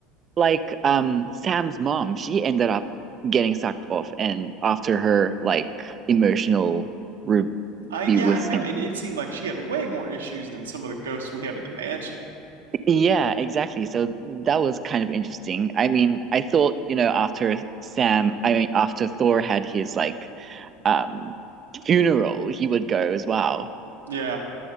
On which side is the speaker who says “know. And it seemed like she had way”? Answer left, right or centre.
Right